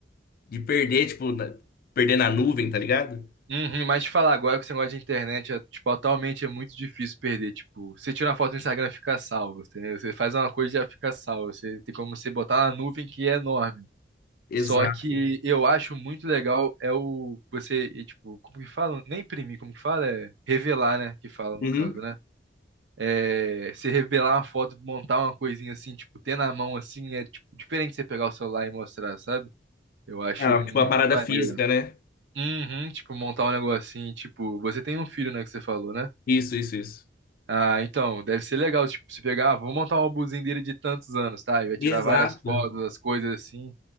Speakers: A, on the left; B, on the right.
A: de perder, tipo, na- perder na nuvem, tá ligado?
B: Uhum. Mas te falar agora que esse negócio de internet é, tipo, atualmente é muito difícil perder. Tipo, você tira uma foto no Instagram fica salvo, entendeu? Você faz uma coisa e já fica salvo. Você tem como você botar na nuvem que é enorme.
A: Exato.
B: Só que eu acho muito legal é o você, e, tipo, como que fala? Nem imprimir, como que fala? É revelar, né? Que fala no
A: Uhum.
B: caso, né? é, você revelar uma foto, montar uma coisinha assim, tipo, ter na mão assim, é tipo, diferente de você pegar o celular e mostrar, sabe? Eu acho
A: Ah,
B: muito
A: tipo a parada
B: maneiro.
A: física, né?
B: Uhum, tipo, montar um negocinho, tipo, você tem um filho, né, que você falou, né?
A: Isso, isso, isso.
B: Ah, então, deve ser legal, tipo, você pegar, ah, vou montar um álbumzinho dele de tantos anos, tá? E vai tirar
A: Exato.
B: várias fotos, as coisas assim.